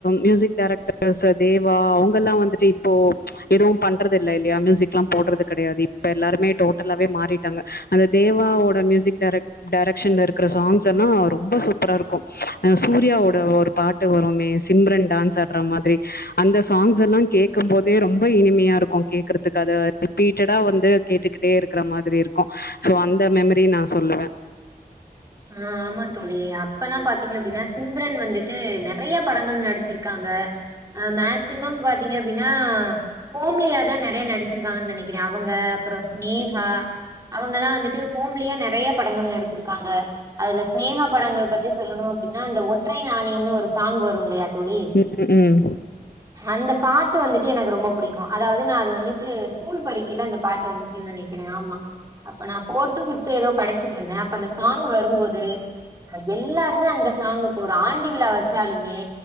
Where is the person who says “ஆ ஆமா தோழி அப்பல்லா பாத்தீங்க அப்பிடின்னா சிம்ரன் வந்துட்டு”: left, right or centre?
Right